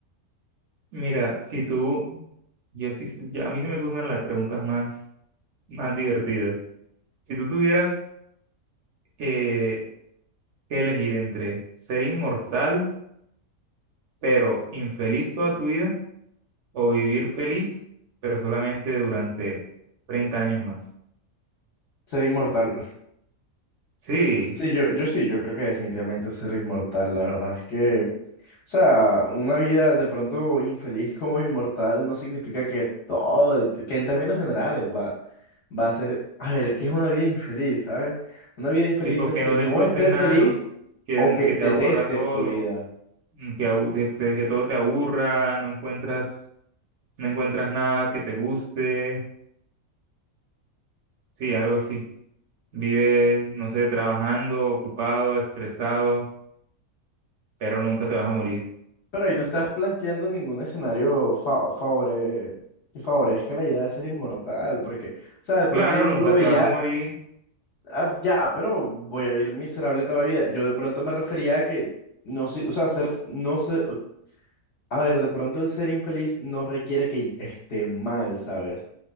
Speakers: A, on the right; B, on the left.
A: Mira, si tú, yo sí, soy- ya- a mí sí me gustan las preguntas más, más divertidas. Si tú tuvieras eh, que elegir entre ser inmortal, pero infeliz toda tu vida, o vivir feliz, pero solamente durante 30 años más.
B: Ser inmortal.
A: Sí,
B: Sí, yo, yo sí, yo creo que definitivamente ser inmortal. La verdad es que... O sea, una vida de pronto infeliz como inmortal no significa que todo, el t- que en términos generales va, va a ser, a ver, ¿qué es una vida infeliz, sabes? Una vida infeliz
A: tipo
B: es
A: que
B: que
A: no
B: no
A: disfrutes
B: estés
A: nada,
B: feliz
A: ¿no? que,
B: o que
A: que
B: detestes
A: te aburra todo,
B: tu vida.
A: mm, que, abu- que, te- que todo te aburra, no encuentras, no encuentras nada que te guste, Sí, algo así. Vives, no sé, trabajando, ocupado, estresado, pero nunca te vas a morir.
B: Pero ahí no estás
A: Oh.
B: planteando ningún escenario fa- favore- que favorezca la idea de ser inmortal, porque, o sea, de pronto
A: Claro,
B: yo
A: nunca
B: lo veía,
A: te vas a morir.
B: "Ah, ya, pero voy a vivir miserable toda la vida. Yo de pronto me refería a que no sé, o sea, ser, no sé, A ver, de pronto el ser infeliz no requiere que esté mal, ¿sabes?